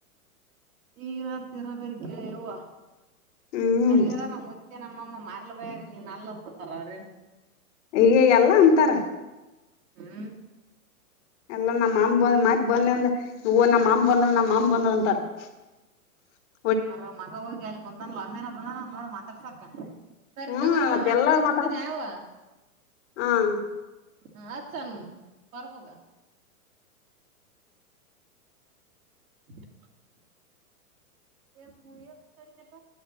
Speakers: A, on the right; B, on the left.
A: ಈಗನ ತಿರಬೇರ್ಕ ಯಾವ್ವ
B: ಹ್ಮ್
A: ಅಲೇರ ನಾಮ್ ಮುತ್ಯಾ ಮತ್ತೆ ನಮ್ಮಮ್ಮ ಮ ಬಗ ನೀನ್ ಅಲ್ಲ ಅಂತಅತಾರ ಅವ್ರೇನ್
B: ಈಗ ಎಲ್ಲಾ ಅಂತಾರ
A: ಹ್ಮ್
B: ಎಲ್ಲಾ ನಮ್ಮ್ ಬಂದ್ ಮಾಕ್ ಬಂದ ಅಂದ ಇ ನಮ್ಮ್ ಮಾಮ್ಮ ಬಂದವ ನಮ್ಮ್ ಅಮ್ಮ ಬಂದವ ಅಂತಾರ <inaudible>
A: ಸರ ಮಗ ಹೋಗಿ ಅಲ್ಲಿ ಕುಂತಂದ ಒಮ್ಮೇನಬನ ನೋಡ್ ಮಾತಾಡ ಸಾಕ ಸರಿತಿಗೊರವ್ವ
B: ಹ್ಮ್ ಮತ್ತೆಲ್ಲಾರ
A: ಮತ್ತತಪ್ಸತಿನರಿ
B: ಮಾತಾಡ್
A: ಯೌವ
B: ಹಾ
A: ಹ ಹಚ್ಚ ಅನ ಪರ್ಭುಗ <inaudible> ಎಸ್ ಮೂವೀ ನಡದಿನಕ್ಕ